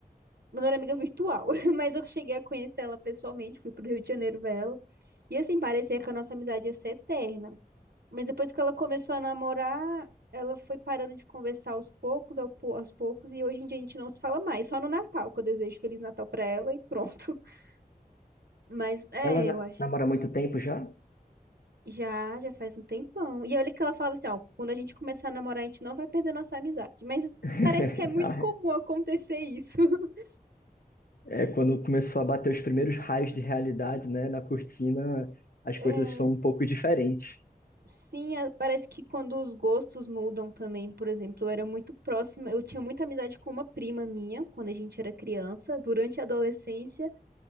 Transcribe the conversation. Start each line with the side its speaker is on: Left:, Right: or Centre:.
Right: melhor amiga virtual, <laughs> mas eu cheguei a conhecer ela pessoalmente, fui pro Rio de Janeiro ver ela. E assim, parecia que a nossa amizade ia ser eterna. Mas depois que ela começou a namorar, ela foi parando de conversar aos poucos, ao pou- aos poucos, e hoje em dia a gente não se fala mais, só no Natal, que eu desejo Feliz Natal pra ela e pronto. <laughs> Mas é,
Left: Ela na-
Right: eu acho.
Left: namora há muito tempo já?
Right: Já, já faz um tempão. E olha que ela falava assim, ó, quando a gente começar a namorar, a gente não vai perder nossa amizade. Mas
Left: <laughs>
Right: parece que é muito
Left: Ah,
Right: comum acontecer isso. <laughs>
Left: É, quando começou a bater os primeiros raios de realidade, né, na cortina, as
Right: É,
Left: coisas são um pouco diferentes.
Right: sim, é- parece que quando os gostos mudam também, por exemplo, eu era muito próxima, eu tinha muita amizade com uma prima minha, quando a gente era criança, durante a adolescência,